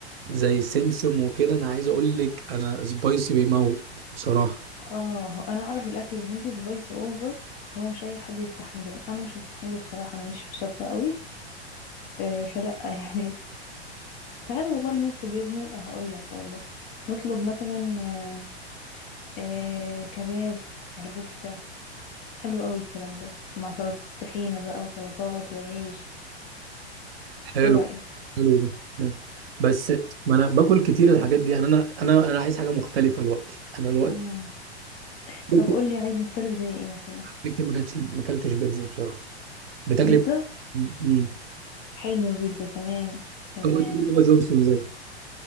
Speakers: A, on the right; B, on the left.
A: زي سمسم وكده أنا عايز أقول لك أنا سبايسي بيموت بصراحة
B: اه هو انا اعرف الاكل الهندي سبايسي اوفر اللي هو مش اي حد يستحمله انا مش هستحمله بصراحة انا ماليش في الشطة قوي آه، فلا <laughs> يعني تعالى والله نطلب يا ابني هقول لك هقول لك نطلب مثلا آه، آه، كباب على كفتة حلو قوي الكلام ده مع سلطة طحينة بقى وسلطات وعيش
A: حلو
B: ايه رأيك
A: حلو ده جامد. بس ما انا باكل كتير الحاجات دي يعني انا انا انا عايز حاجه مختلفه دلوقتي انا دلوقتي
B: مم.
A: بيتزا.
B: طب قولي عايز مختلف زي ايه مثلا
A: كتير ما كانتش ما اكلتش بيتزا بصراحه بتاكلي
B: بيتزا
A: امم
B: حلو بيتزا تمام تمام
A: هو تقول بابا جونسون زي